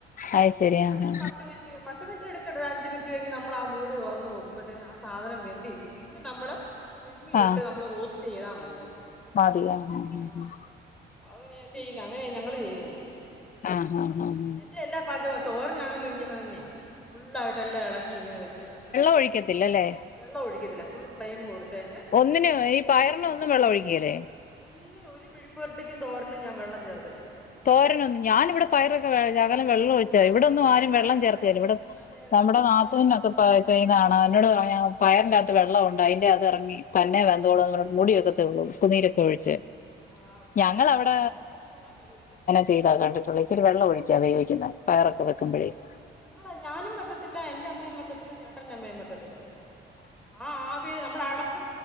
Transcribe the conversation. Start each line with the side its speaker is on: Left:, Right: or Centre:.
Left: അത് ശരി
Centre: എന്നിട്ടൊരു
Left: ആ ആ
Centre: പത്ത് മിൻറ്റ് പത്ത് മിൻറ്റെടുക്കണ്ട ഒരഞ്ച് മിൻറ്റ് കഴിഞ് നമ്മളാ മൂടി തുറന്നു പോകും മ്പത്തേനും ആ സാധനം വെന്തിരിക്കും പിന്നെ നമ്മള് സിമ്മിലിട്ട്
Left: ആ
Centre: നമ്മള് റോസ്റ്റൈയ്താ മതി അതിനെ.
Left: മതി ആ ആ
Centre: ആഹ് അങ്ങനെയ ചെയ്യുന്ന അങ്ങനെയ ഞങ്ങള് ചെയ്യുന്നെ.
Left: ആഹ് അഹ് അഹ്
Centre: ഇവ്ടെ എല്ലാ പാചകവും തോരനാണേലും ഇങ്ങനെ തന്നെയാ ഫുള്ളായിട്ട് എല്ലാം എളക്കി ഇങ്ങനെ വെച്ച് അത്തിപ്പ
Left: ഒഴിക്കത്തില്ലലേ?
Centre: വെള്ളം ഒഴിക്കത്തില്ല ഫുൾ ഫ്ലെയിം കൊടുത്തേച്ച്
Left: ഒന്നിനും
Centre: പത്ത് മിനിറ്റത്
Left: ഈ പയറിന് ഒന്നും വെള്ളം ഒഴിക്കുകേലേ
Centre: ഒന്നിനും ഒരു മെഴ്ക്കുവര്ട്ടിക്കും തോരനും ഞാ വെള്ളം ചേർക്കത്തില്ല
Left: തോരനൊന്നും ഞാനിവിടെ പയറൊക്കെ വേ ശകലം വെള്ളം ഒഴിച്ചാ
Centre: ആഹ്
Left: ഇവിടൊന്നും ആരും
Centre: ഞാൻ
Left: വെള്ളം ചേർക്കേല്ല ഇവിടെ
Centre: അതെ അതെ
Left: നമ്മടെ
Centre: ഇന്നാളി
Left: നാത്തുന്നൊക്കെ
Centre: പറഞ്ഞു
Left: പാ പെയ്ന്നാണ എന്നോട് പറഞ്ഞ് പയറിന്റാത്ത് വെള്ളവുണ്ട് അയ്ന്റതെർങ്ങി തന്നെ വെന്തോളുംന്നർഞ്ഞ് മൂടിവെക്കത്തെയുള്ളൂ ഉപ്പുന്നീര് ഒഴിച്ച്
Centre: ആഹ് ആഹ് ഉപ്പുനീര്
Left: ഞങ്ങളവിട
Centre: ഒഴിച്ച് കഴിയുമ്പോ അതിനകത്ത് ചെറിയ വെള്ളം വരുവല്ലോ
Left: ചെയ്താ കണ്ടിട്ടുള്ള ഇച്ചരി വെള്ള ഒഴിക്ക വേവിക്കുന്ന പയറൊക്കെ വെക്കുമ്പോഴേക്കും
Centre: ഞങ്ങളെ ഞാനും വെക്കത്തില്ല എന്റെ അമ്മയും വെക്കത്തില്ല ചേട്ടന്റെ അമ്മയും വെക്കത്തില്ല വെള്ളം ആഹ് ആ വിയിൽ നമ്മുടെ അടപ്പ്